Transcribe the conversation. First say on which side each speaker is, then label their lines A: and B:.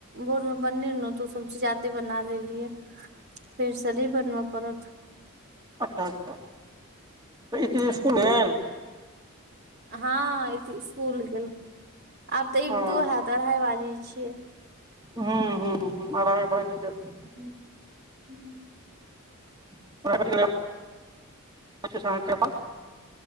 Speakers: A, on the right; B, on the right.
A: भोर में बनेलौं तोऽ सबजी जादे बना लेलियै फेरसँ नइ बनबऽ पड़त।
B: अच्छा -अच्छा तऽ इति
A: हँ
B: इसकुल गेल?
A: हँ इति इसकूल गेल, आब तऽ अबितो
B: ओ
A: हैत अढ़ाई बाजय छय।
B: हं -हं -हं अढ़ाइ बैइज गेल।
A: <unintelligible>
B: <unintelligible>